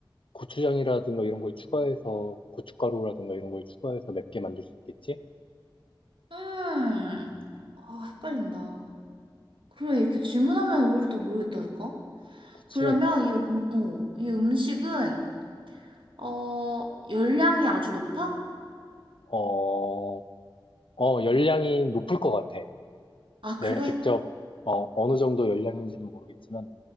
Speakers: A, on the left; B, on the right.
A: 고추장이라든가 이런 걸 추가해서 고춧가루라든가 이런 걸 추가해서 맵게 만들 수 있겠지?
B: 음, 아, 헷갈린다. 그래, 이렇게 질문하면 오히려 또 모르겠다니까?
A: 그치?
B: 그러면 이, 음, 어, 이 음식은, 어, 열량이 아주 높아?
A: 어, 어, 열량이 높을 것 같아.
B: 아,
A: 내가
B: 그래?
A: 직접 어, 어느 정도 열량인지는 모르겠지만